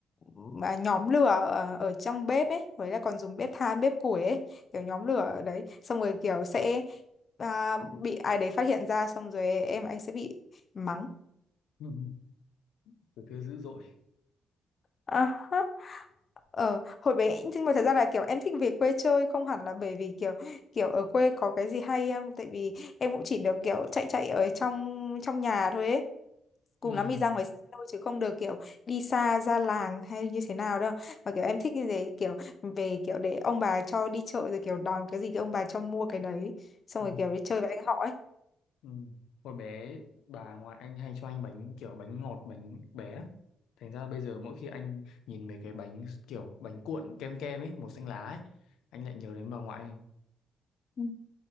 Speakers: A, on the left; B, on the left.
A: mà nhóm lửa ở, ở trong bếp ấy Với là còn dùng bếp than, bếp củi ấy Kiểu nhóm lửa ở đấy Xong rồi kiểu sẽ à, bị ai đấy phát hiện ra Xong rồi em và anh sẽ bị mắng
B: Ừ. <laughs> tuổi thơ dữ dội
A: À, Ờ, hồi bé nhưng mà thật ra là kiểu em thích về quê chơi không hẳn là bởi vì kiểu kiểu ở quê có cái gì hay không tại vì em cũng chỉ được kiểu chạy chạy ở trong trong nhà thôi ấy cùng
B: ừ.
A: lắm thì ra ngoài sân thôi chứ không được kiểu đi xa ra làng hay như thế nào đâu mà kiểu em thích như thế kiểu về kiểu để ông bà cho đi chợ rồi kiểu đòi cái gì thì ông bà cho mua cái đấy xong
B: Ừ.
A: rồi kiểu đi chơi với anh họ ấy
B: Ừ. hồi bé bà ngoại anh hay cho anh bánh kiểu bánh ngọt bánh bé á. thành ra bây giờ mỗi khi anh nhìn mấy cái bánh kiểu bánh cuộn kem kem ấy màu xanh lá ấy anh lại nhớ đến bà ngoại
A: Ừ.